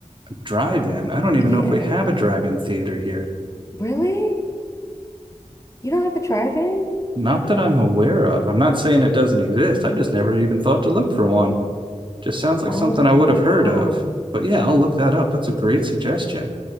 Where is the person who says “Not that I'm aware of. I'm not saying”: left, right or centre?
Right